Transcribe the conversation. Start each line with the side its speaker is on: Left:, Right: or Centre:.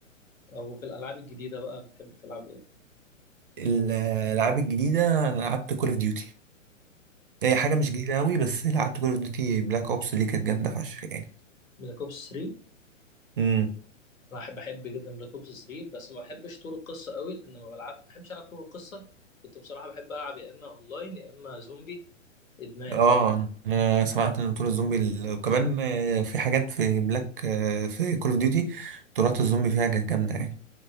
Left: طب وفي الالعاب الجديده بقى بتحب تلعب ايه
Right: الألعاب الجديدة أنا لعبت كول أوف ديوتي هي حاجة
Left: مم.
Right: مش جديدة أوي بس لعبت كول أوف ديوتي بلاك أوبس دي كانت جامدة فشخ يعني
Left: بلاك اوبس 3
Right: امم
Left: بحب بحب جدا بلاك اوبس 3 بس ما بحبش طور القصه قوي لان ما بلعب بحبش العب طور القصه كنت بصراحه بحب العب يا اما اونلاين يا اما زومبي ادمان
Right: اه انا سمعت ان طور الزومبي ال- وكمان آه، في حاجات في بلاك آه، في كول اوف ديوتي طورات الزومبي فيها كانت جامده يعني